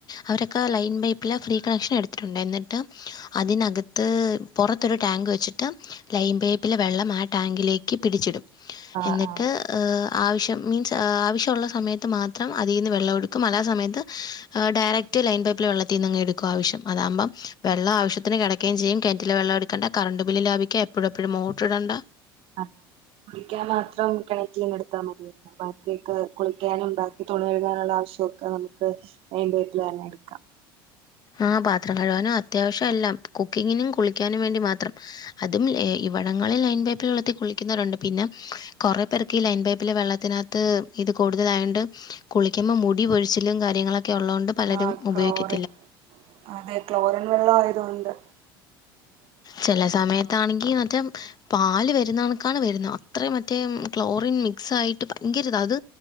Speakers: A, on the left; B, on the right.
A: അവരൊക്കെ ലൈൻ പൈപ്പിലെ ഫ്രീ കണക്ഷൻ എടുത്തിട്ടുണ്ട് എന്നിട്ട് അതിനകത്ത് പുറത്തൊരു ടാങ്ക് വെച്ചിട്ട് ലൈൻ പൈപ്പിലെ വെള്ളം ആ ടാങ്കിലേക്ക് പിടിച്ചിടും
B: ആഹ്
A: എന്നിട്ട്
B: ആഹ്
A: ഹ് ഹ ആവശ്യം മീൻസ് ആവിശ്യം തൊള്ള സയത്ത് മാത്രം അതിന്ന് വെള്ളംടുക്കും അല സമയത്ത് ഹ ഡയറക്റ്റ് ലൈൻ പൈപ്പില് വെള്ളത്തി ന്നങ്ങ് എടുക്കും ആവശം അതാഭം വെള്ളം ആവശ്യത്തിന് കെടകയും ചെയ്യും കെറ്റിലേ വെള്ളടുക്കണ്ട കറണ്ട് ബില്ല് ലാഭിക്ക എപ്പോഴും എപ്പോഴും മോട്ടർടണ്ട
B: അ കുടിക്കാൻ മാത്രം കണക്ട് യ്തെടുത്താൽ മതിയല്ലോ ബാക്കിയൊക്ക് കുളിക്ക്യാനും ബാക്കി തുണി ക ഴുകാനുള്ള ആവശ്യം നമുക്ക് നയിന്റെട്ടിൽവേന്നെ എടുക്കാം
A: ആ പാത്രം കഴുകാനും അത്യാവശ്യം എല്ലാം കുക്കിങ്ങിനും കുളിക്കാനും വേണ്ടി മാത്രം അതുംലെ ഇവിടങ്ങളിൽ ലൈൻ പൈപ്പിൽ വെള്ളത്തിൽ കുളിക്കുന്നരുണ്ട് പിന്നെ കൊറെ പേർക്ക് ഈ ലൈൻ പൈപ്പിലെ വെള്ളത്തിനകത്ത് ഇത് കൂടുതലായണ്ട് കുളിക്യുംഭം മുടി പൊഴിച്ചിലും കാര്യങ്ങളൊ ക്കെ ഉള്ളൊണ്ട് പലരും
B: ആ
A: ഉപയ്കും
B: ക്ലോറിൻ അതെ ക്ലോറിൻ വെള്ളആയതൊണ്ട്
A: ചെല സമയത്താണെങ്കി- റ്റം പാല് വരുന്നണക്കാണ് വരുന്ന അത്രയും മറ്റേ ക്ലോറിൻ മിക്സ് ആയിട്ട് ഭയങ്കര ഇത അത്